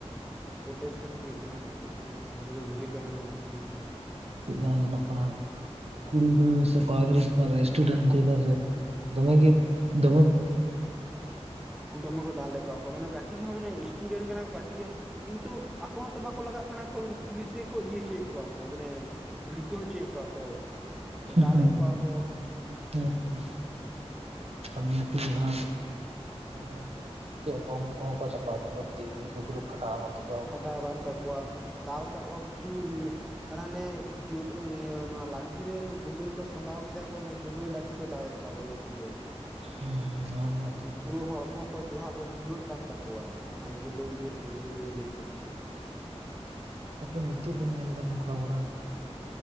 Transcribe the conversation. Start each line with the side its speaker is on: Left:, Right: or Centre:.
Centre: ᱯᱚᱴᱮᱥ ᱠᱷᱟᱹᱛᱤᱨ ᱱᱚᱶᱟ ᱢᱤᱫᱴᱟᱝ ᱫᱩᱠ ᱵᱩᱡᱷᱟᱹᱣ ᱫᱚ ᱵᱩᱡᱷᱟᱹᱜ ᱠᱟᱱᱟ ᱜᱚᱝᱠᱮ ᱵᱟᱝ ᱫᱚ ᱵᱟᱝ᱾
Right: ᱛᱚᱜ ᱡᱟᱦᱟᱸ ᱧᱮᱞᱚᱜ ᱠᱟᱱᱟ ᱠᱩᱲᱤ ᱜᱤᱫᱽᱨᱟᱹ ᱥᱮ ᱠᱚᱲᱟ ᱜᱤᱫᱽᱨᱟᱹ ᱨᱮᱥᱴᱩᱰᱮᱱᱴ ᱠᱚᱭᱵᱟᱨ ᱨᱮ ᱫᱚᱢᱮ ᱜᱮ ᱫᱚᱢᱚᱠ
Centre: ᱫᱚᱢᱮ ᱠᱚ ᱫᱟᱞ ᱞᱮᱫᱟ ᱠᱚᱣᱟ ᱠᱚ᱾ ᱢᱟᱱᱮ ᱠᱟᱹᱴᱤᱡ ᱦᱚᱸ ᱢᱟᱱᱮ ᱥᱴᱩᱰᱮᱱᱴ ᱠᱟᱱᱟ ᱠᱚ ᱠᱟᱹᱴᱤᱡ ᱦᱚᱸ ᱠᱤᱱᱛᱩ ᱟᱠᱚ ᱦᱚᱸᱛᱚ ᱵᱟᱠᱚ ᱞᱟᱜᱟᱜ ᱠᱟᱱᱟ ᱠᱚ᱾ ᱩᱱᱠᱩ ᱯᱩᱞᱤᱥ ᱜᱮᱠᱚ ᱤᱭᱟᱹ ᱦᱚᱪᱚᱭᱮᱜ ᱠᱚᱣᱟ ᱠᱚ ᱢᱟᱱᱮ ᱵᱷᱤᱲᱠᱟᱹ ᱦᱚᱪᱚᱭᱮᱜ ᱠᱚᱣᱟ ᱠᱚ᱾
Right: ᱦᱩᱸ,
Centre: ᱫᱟᱞᱮᱫ
Right: ᱦᱩᱸ᱾
Centre: ᱠᱚᱣᱟ ᱠᱚ
Right: ᱦᱩᱸ ᱦᱩᱸ ᱥᱟᱜᱢᱚᱛᱤ ᱡᱟᱦᱟᱸᱨ ᱦᱚᱸ, ᱪᱮᱫ ᱵᱚᱢ ᱠᱚᱦᱚᱸ ᱠᱚ ᱪᱟᱯᱟᱜ ᱫᱟᱠᱚ ᱛᱤᱢᱤ ᱠᱚ? ᱯᱩᱨᱩ ᱯᱷᱟᱴᱟᱣ ᱟᱠᱟᱱ ᱛᱟᱠᱚ
Centre: ᱯᱷᱟᱴᱟᱣ ᱟᱠᱟᱱ ᱛᱟᱠᱚᱣᱟ᱾ ᱫᱟᱞ ᱠᱟᱜ ᱠᱚᱣᱟ ᱠᱩᱴᱷᱤ ᱩ ᱟᱨ ᱦᱟᱱᱮ ᱡᱩᱨ ᱤᱭᱟᱹ ᱱᱚᱣᱟ ᱞᱟᱴᱷᱤ ᱨᱮᱱ ᱡᱩᱞᱩᱭ ᱠᱚ ᱥᱟᱢᱵᱟᱣ ᱠᱮᱫᱟ ᱠᱚ᱾ ᱚᱱᱟ ᱡᱩᱞᱩᱭ ᱞᱟᱴᱷᱤ ᱠᱚ ᱫᱟᱜ ᱮᱫ ᱠᱚᱣᱟ ᱠᱚ ᱥᱴᱩᱰᱮᱱᱴ᱾
Right: ᱦᱩᱸ ᱱᱚᱣᱟ ᱫᱚ ᱮᱠᱫᱚᱢ
Centre: ᱯᱩᱨᱟᱹ
Right: ᱜᱟᱞᱟᱛ
Centre: ᱦᱚᱲᱢᱚ ᱡᱚᱦᱟ ᱠᱚ ᱵᱷᱩᱜᱟᱹᱜ ᱠᱟᱱ ᱛᱟᱠᱚᱣᱟ ᱱᱚᱜᱼᱚᱭ ᱡᱩᱞᱩᱭ ᱤᱭᱟᱹᱛᱮ ᱡᱩᱞᱩᱭ ᱤᱭᱟᱹ ᱛᱮ
Right: ᱛᱟᱯᱚᱨ ᱱᱤᱛᱚᱜ ᱞᱤᱧ ᱧᱮᱞ ᱮᱫᱟ᱾ ᱱᱩᱠᱩ ᱟᱵᱚᱨᱮᱱ